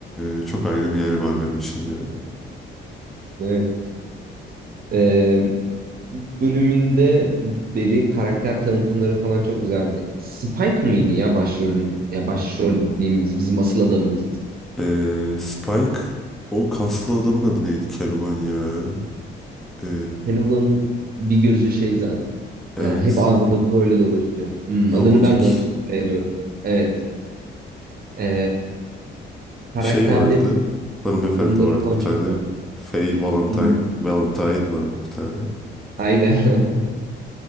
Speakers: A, in the centre; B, on the right.
A: e, çok ayrı bir yer var benim için ya.
B: Evet. E, ilk bölümünde beri karakter tanıtımları falan çok güzeldi. Spike mıydı ya başrolün ya başrol dediğimiz bizim asıl adamımız.
A: E, Spike o kaslı adamın adı neydi Keloğlan ya? E,
B: Keloğlan'ın bir gözü şey zaten.
A: evet
B: E, hep ağzında proyla dolaşıyor. Hmm,
A: robotik.
B: adını ben de onu hatırlayamıyorum. Evet. E, karakterleri,
A: Şey vardı. Hanımefendi
B: uyumları
A: vardı
B: falan
A: bir
B: çok
A: tane.
B: güzel.
A: Faye Valentine.
B: Hmm,
A: Valentine vardı bir tane.
B: aynen. <laughs>